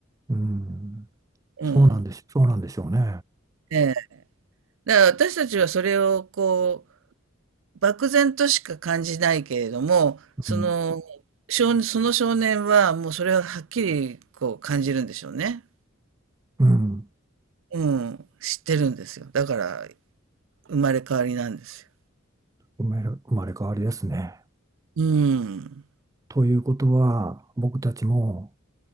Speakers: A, on the right; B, on the right.
A: うん。そうなんでし、
B: うん。
A: そうなんでしょうね。
B: ええ。だから私たちはそれをこう、漠然としか感じないけれども、その少、
A: うん。
B: その少年はもうそれははっきりこう感じるんでしょうね。
A: うん。
B: うん。知ってるんですよ。だから生まれ変わりなんですよ。
A: 生まれ、生まれ変わりですね。
B: うん。
A: ということは、僕たちも